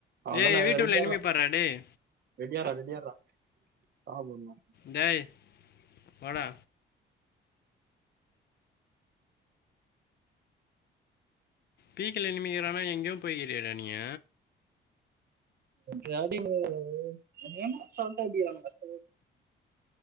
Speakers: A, on the right; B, on the left.
A: அதனா
B: ஏய்
A: <unintelligible>
B: வீட்டுக்குள்ள எனிமி பாடுறா டேய்
A: ரெடியார்ரா ரெடியாரா சாபுட்னு
B: டேய் வாடா பீக்ல நிமிக்கிறானா எங்கோ போய்கிறீயேடா நீய
A: <inaudible> ஏன்டா சவுண்ட வக்கிறானுங் பசங்